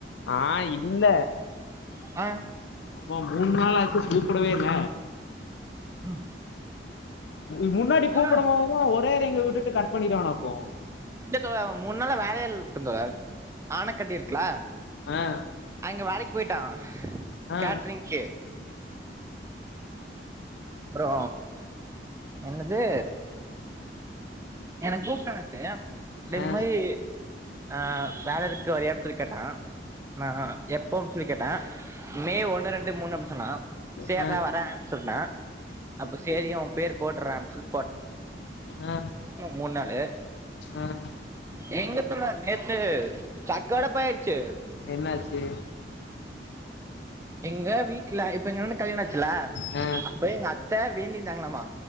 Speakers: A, on the left; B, on the right.
A: ஆஹ் இல்ல
B: அ
A: அவ மூண் நாளு ஆச்சு கூப்படவே இல்ல
B: ம்
A: இது முன்னாடி கூப்படம்
B: தோழர்
A: போதல்லா ஒரே எங்க விட்டுட்டு கட் பண்ணிருவானாக்கு
B: இல்ல தல மூண் நாளா வேலையேல் இருக்குந்தல ஆனக்கட்டி இருக்குல
A: ஆ ஆ
B: அங்க வேலைக் போய்ட்டா
A: ஆ
B: கேட்ரிங்க்கு ப்புறோ என்னது எனக் கூப்ட்டா நேத்து டே இந்த
A: ஆ
B: மாரி ஆஹ் வேல இரு த்து வரியாப்பில் கேட்டா நா எப்போ அப் சொல்லி கேட்டே மே ஒன்னு ரெண்டு மூணு அப் சொன்னா சேர்ரா
A: ஆ
B: வரே அப் சொன்னே அப்ப சேரியு பேர் போட்றே அப் சொல்
A: அ
B: மூன் நாளு
A: ம்
B: எங்க தல நேத்து ஜக்கோட போயாட்ச்சு
A: என்னாச்சு
B: எங்க வீட்ல இப்ப எங்கண்ணனுக்கு கல்யாண ஆச்சுல
A: ஆ
B: அப்ப எங்க அத்த வேண்டிருந்தாங்களாமா